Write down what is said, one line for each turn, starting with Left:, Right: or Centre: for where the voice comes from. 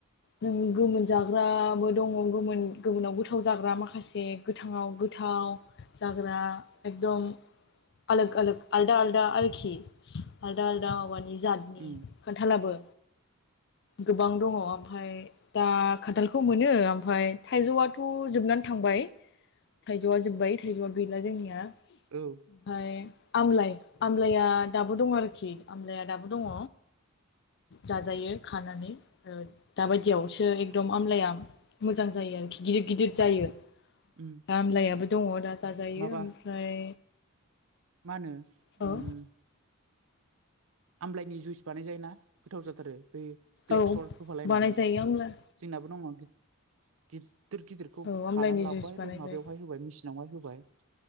Left: नों गोमोन जाग्राबो दङ गोमोन गोमोनाव गोथाव जाग्रा माखासे गोथाङाव गोथाव जाग्रा एकदम आलग आलग आलदा आलदा आरोखि आलदा आलदा माबानि जा
Right: उम
Left: खान्थालाबो गोबां दङ ओमफ्राय दा खान्थालाखौ मोनो ओमफ्राय थाइजौआथ' जोबनानै थांबाय थाइजौआ जोब्बाय थाइजौआ गैला जोंनिया
Right: औ
Left: ओमफ्राय आमलाइ आमलाया दाबो दङ आरोखि आमलाया दाबो दङ जाजायो खानानै दा बायदियाव सो एकदम आमलाया मोजां जायो आरोखि गिदिर गिदिर जायो
Right: उम
Left: खामलायाबो दङ दा जाजायो
Right: माबा
Left: ओमफ्राय
Right: मा होनो
Left: औ
Right: ओम आमलायनि जुइस बानाय जाय ना गोथाव जाथारो बे ब्लेक
Left: औ
Right: सल्ट होफालायनानै
Left: बानायजायो आमला
Right: जोंनाबो दङ गिदिर गिदिरखौ
Left: औ आमलाइनि
Right: खानानै लाबोबाय
Left: जुइस बानाय
Right: बे
Left: जायो
Right: माबायावहाय होबाय मिसि नावहाय होबाय